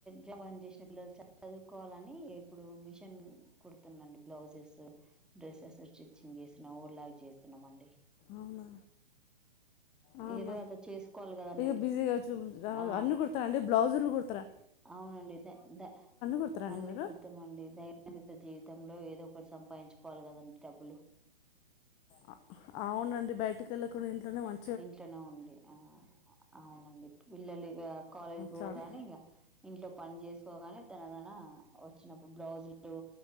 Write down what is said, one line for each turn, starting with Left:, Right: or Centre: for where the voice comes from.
Centre: జబాన్ జెష్ ల చదువుకోవాలని ఇప్పుడు మిషన్ కుడుతున్నన్డి బ్లౌజెస్ డ్రెస్సెస్ స్టిచ్చింగ్ చేస్తున్నాం ఓర్లాక్ చేస్తున్నాం అండి
Left: అవునా ఆ ఉన్న
Centre: ఏదో అదో చేసుకోవాలి కదండి
Left: ఇక బిజీ
Centre: ఆ
Left: అన్నీ కుడతారా అండి బ్లౌజులు కుడతరా
Centre: అవునండి ద ద
Left: కుడతారా అండి
Centre: అన్ని
Left: మీరు
Centre: కుడ్తామండి దైనందిత జీవితంలో ఏదో ఒకటి సంపాదించుకోవాలి కదండి డబ్బులు
Left: అ అవునండి బయటికి వెళ్ళకుండా ఇంట్లోనే మం
Centre: ఇంట్లోనే ఉండి ఆ అవునండి పిల్లలు ఇక కాలేజ్ పోగాని
Left: చాలు
Centre: ఇంక ఇంట్లో పని చేసుకోగాని దనదన వచ్చినప్పుడు బ్ బ్లౌజ్ లు